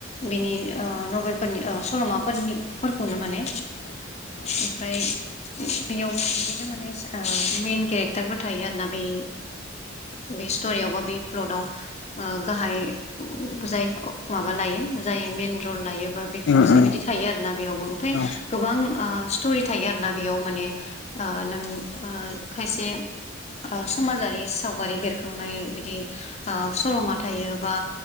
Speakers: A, on the left; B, on the left.
A: बिनि नभेलफोरनि सल'माफोरनिफोरखौनो माने
B: <inaudible>
A: ओमफ्राय बेयाव बिदिनो माने मइेन केरेक्टारफोर थायो आरोना बे बे स्ट'रियावबो बे फ्लदआव आं गाहाय जाय माबा लायो जाय मेन रल लायो। बे
B: उम
A: बेसोरबायदि
B: उम
A: थायो आरोना बेयावबो ओमफ्राय
B: औ
A: गोबां ओ स्टरि थायो आरोना बेयाव माने ओ नों ओ खायसे ओ समाजारि सावगारि बेरखांनाय बिदि आं सल'मा थायो बा